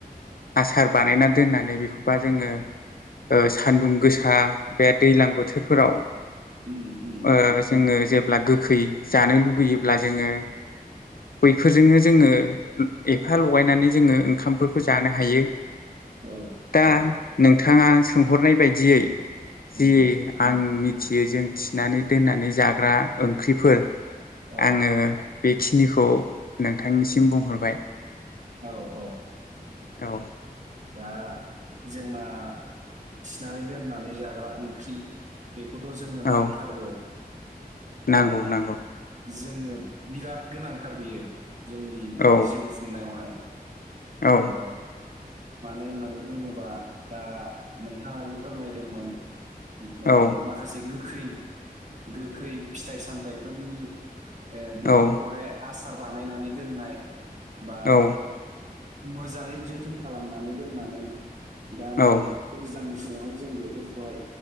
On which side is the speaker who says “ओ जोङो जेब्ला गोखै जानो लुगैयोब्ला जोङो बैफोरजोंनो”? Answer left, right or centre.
Left